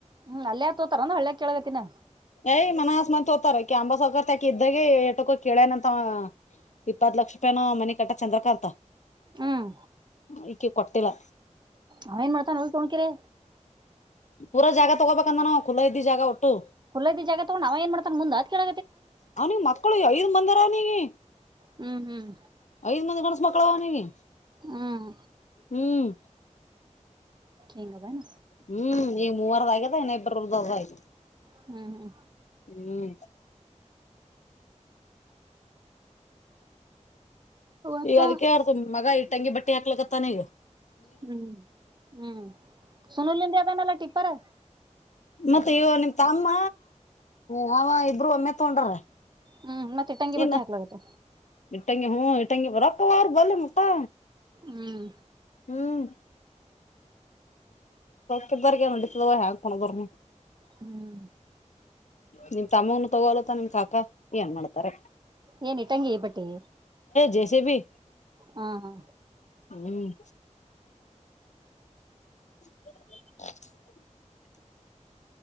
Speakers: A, on the right; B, on the left.
A: ಹ್ಮ್ ಅಲ್ಲೇ ಆ ತೋತಾರ ಅಂದ ಹಳ್ಳ ಕೇಳಳಗತಿನ
B: ಯ್ ಮನಸ್ ಮತ್ ತೋತಾರ ಕ ಅಂಬ ಸೌಕರ್ ತಾಕ ಇದ್ದಾಗ ಏಟಕ ಕೇಳನಂತ ಇಪ್ಪತ್ ಲಕ್ಷ ರೂಪಾಯನ ಮನಿ ಕಟ್ಟ ಚಂದ್ರ ಕತ
A: ಹ್ಮ್
B: ಈ ಕೊಟ್ಟಿಲ್ಲ
A: ಅವ ಏನ್ ಮಾಡ್ತಾನ ಅಲ್ ತೊಣಕಿರಿ
B: ಪೂರಾ ಜಾಗ ತಗೋಬೇಕಂದ ನಾವು ಖುಲಾ ಇದ್ದೀ ಜಾಗ ಒಟ್ಟು
A: ಕುುದ ಜಾಗ ತಗ ನಾ ಏನ್ ಮಾಡತಾರೆ ಮುಂದ ಅ ಕೇಳ
B: ಅವನಿಗೆ ಮಕ್ಕಳು ಐದ್ ಮಂದರ ಅವನಿಗೆ
A: ಹ್ಮ್ ಹ್ಮ್
B: ಐದ್ ಮಂದಿ ಗನ್ಸ ಮಕ್ಕಳ ಅವನಿಗೆ
A: ಹ್ಮ್
B: ಹ್ಮ್
A: ಹಿಂಗದೇನ
B: ಹ್ಮ್ ಈ ಮೂವರದ ಆಗ್ಯದ ಇನಿಬ್ರರ್ದ್ದದ ಆಯ್ತು
A: ಹ್ಮ್ ಹ್ಮ್
B: ಹ್ಮ್
A: ಹ್ಮ್ ಮತ್ತ
B: ಈಗ ಅದಕ್ಕೆರ್ತು ಮಗ ಇ ತಂಗಿ ಬಟ್ಟೆ ಹಾಕ್ಲಕ್ಕತ್ತಾನ ಇಗ
A: ಹ್ಮ್ ಹ್ಮ್ ಸುನೂಲಿಂದ ಅದನಲ್ಲ ಟಿಪ್ಪರ್
B: ಮತ್ತೆ ಇವ ನಿಮ್ ತಮ್ಮ ಯ ಇಬ್ರು ಒಮ್ಮೆ ತಗೊಂಡ್ರ
A: ಹ್ಮ್ ಮತ್ತ ಇಟ್ಟಂಗಿ
B: ಇಲ್ಲ
A: ಬಟ್ಟಿ ಹಾಕ್ಲಾಗತ್ತ
B: ಇಟ್ಟಂಗ ಹ್ಞ ತಂಗ ರಕ್ಕ ಅವ ಬ ಮಕ್ಕಾ
A: ಹ್ಮ್
B: ಹ್ಮ್ ತಕಾರಗ ನಡಿತತದವ ಹ ಹೆಂಗ್ ಕೊದರ್ನು
A: ಹ್ಮ್
B: ನಿಮ್ ತಮ್ಮನು ತಗೊಲತ್ತ ನಿಮ ಕಾಕಾ ಏನ್ ಮಾಡ್ತ ರ
A: ಏನ್ ಇಟ್ಟಂಗಿ ಬಟ್ಟಿ
B: ಜೈಸ ಭ
A: ಹಾ ಹಾ
B: ಹ್ಮ್ <unintelligible>